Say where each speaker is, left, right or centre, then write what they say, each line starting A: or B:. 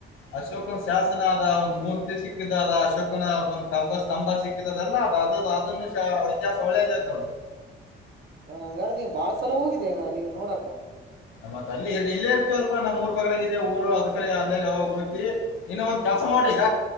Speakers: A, on the left (about 90°); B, on the right (about 55°).
A: ಅಶೋಕನ ಶಾಸನ ಅದ ಒಂದ್ ಮೂರ್ತಿ ಸಿಕ್ಕಿದ ಅದ ಅಶೋಕನ ಒಂದ ಸ್ತಂಭ ಸಿಕ್ಕಿದದಲ್ಲ ಅದ ಅದನ್ನು ಇತಿಹಾಸ ಒಳ್ಳೇದ ನೋಡ
B: ಹಾ ಹಂಗಾರ ನೀ ಬಾಳ ಸಲ ಹೋಗಿದ್ದೇ ಅಲ್ಲಿ ನೋಡಾಕ
A: ಮತ್ತ್ ಅಲ್ಲಿ ಇಲ್ಲೇ ಇರ್ತವಲ್ಪ ನಮ್ಮ್ ಮೂರ್ ಬಗ್ಗಳಗಿದೆ ಊರು ಅದ್ ಕಡೆ ಅಂದೇಲೆ ಯಾವಾಗ ಹೋಗ್ತಿ ಇನ್ನ ಒಂದ್ ಕೆಲಸ ಮಾಡು ಈಗ